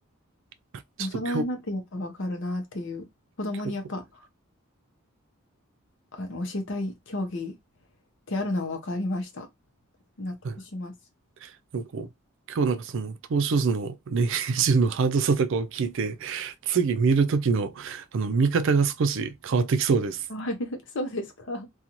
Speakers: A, on the right (about 60°); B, on the left (about 55°).
A: <laughs> ちょっと
B: 大人になってやっぱわかるなっていう、子供にやっぱ
A: 今日、今日、は
B: あの、教えたい競技ってあるのは分かりました。納得します。
A: いなんかこう、今日なんかその、投手図の練習のハードさとかを聞いて、次見るときの、あの、見方が少し変わってきそうです。
B: <laughs> はい、<laughs> そうですか。